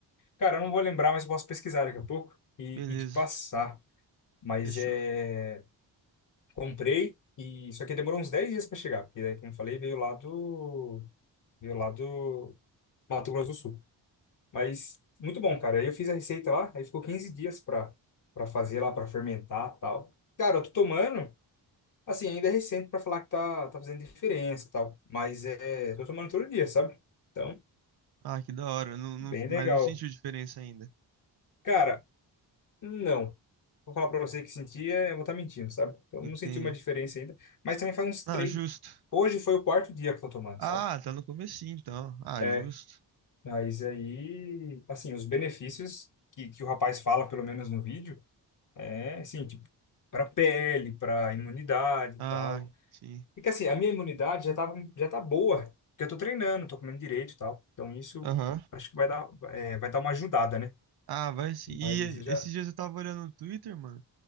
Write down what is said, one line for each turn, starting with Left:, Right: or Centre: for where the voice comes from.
Left: Cara, eu não vou lembrar, mas eu posso pesquisar daqui a pouco e,
Right: Beleza,
Left: e te passar. Mas
Right: fechou.
Left: é. Comprei e só que demorou uns 10 dias para chegar, porque daí, como eu falei, veio lá do. Veio lá do Mato Grosso do Sul. Mas muito bom, cara. Aí eu fiz a receita lá, aí ficou 15 dias pra, pra fazer lá, pra fermentar e tal. Cara, eu tô tomando, assim, ainda é recente pra falar que tá, tá fazendo diferença e tal. Mas é, tô tomando todo dia, sabe? Então,
Right: Ah, que da hora. Não, não,
Left: bem
Right: mas
Left: legal.
Right: não sentiu diferença ainda.
Left: Cara, não. Vou falar pra você que senti, é, eu vou estar mentindo, sabe? Então,
Right: Entende?
Left: não senti uma diferença ainda. Mas também faz uns
Right: Ah,
Left: três.
Right: justo.
Left: Hoje foi o quarto dia que eu tô tomando,
Right: Ah,
Left: sabe?
Right: tá no comecinho, então. Ah,
Left: É,
Right: justo.
Left: mas aí, assim, os benefícios que, que o rapaz fala, pelo menos no vídeo. É, assim, tipo, para pele, para imunidade
Right: Ah,
Left: e tal.
Right: sim.
Left: E que assim, a minha imunidade já tava, já tá boa, porque eu tô treinando, tô comendo direito e tal. Então isso
Right: Aham.
Left: acho que vai dar, é, vai dar uma ajudada, né?
Right: Ah, vai sim.
Left: Mas
Right: E
Left: eu já.
Right: esses dias eu tava olhando no Twitter, mano.